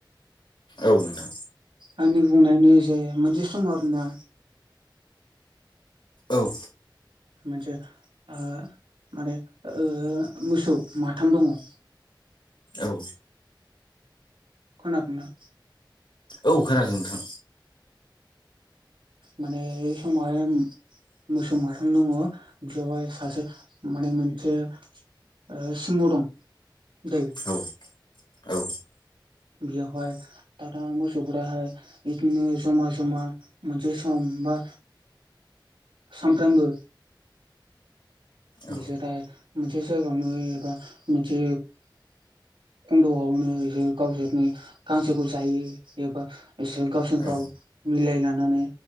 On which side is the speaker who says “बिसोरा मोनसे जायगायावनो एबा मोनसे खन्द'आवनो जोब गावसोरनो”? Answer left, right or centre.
Right